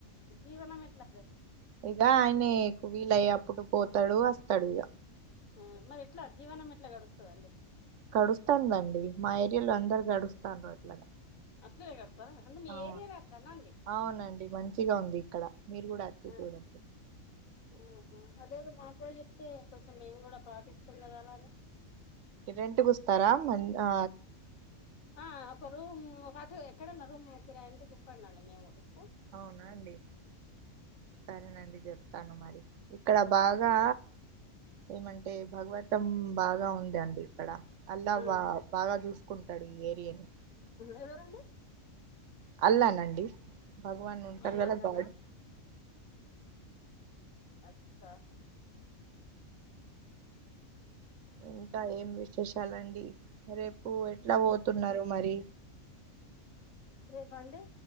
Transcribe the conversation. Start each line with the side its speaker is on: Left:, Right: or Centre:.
Left: జీవనం ఎట్లా అండి
Right: ఇగ ఆయనే కు విలేఅయ్యప్పుడు పోతడు వస్తడు ఇగ
Left: ఉ మరి ఎట్లా జీవనం ఎట్లా గడుస్తాదండి
Right: కడుస్తానుదండి మా ఏరియాలో అందరు గడుస్తాను అట్లనే
Left: అంటే మీ
Right: అవును
Left: ఏరియాలో అట్లేనా అండి
Right: అవునండి మంచిగా ఉంది ఇక్కడ మీరు కూడా అతి
Left: ఆ
Right: కూడా
Left: ఆహా అదేదో మా కూడా చెప్తే కొంచెం మేము కూడా పాటిస్తాం కదా అలానే
Right: రెంట్ కు వస్తారా మన్ ఆ
Left: ఆ ఆ ఒక రూమ్ ఒక అటు ఎక్కడున్నా రూమ్ కిరాయి అంటే చెప్పండి అండి మేము కూడా వాస్
Right: అవునా అండి సరేనండి చెప్తాను మరి ఇక్కడ బాగా ఏమంటే భగవతం బాగా ఉంది అండి ఇక్కడ అల్లా
Left: ఆ
Right: బ బాగా చూసుకుంటడు ఈ ఏరియాని
Left: ఎవరండి
Right: అల్లా నండి భగవాన్ ఉంటారు
Left: వాళ్ళ
Right: కదా
Left: అన్ననా
Right: గాడ్
Left: ఆహా
Right: ఇంకా ఏం విశేషాలండి రేపు ఎట్లా పోతున్నరు మరి
Left: రేపా అండి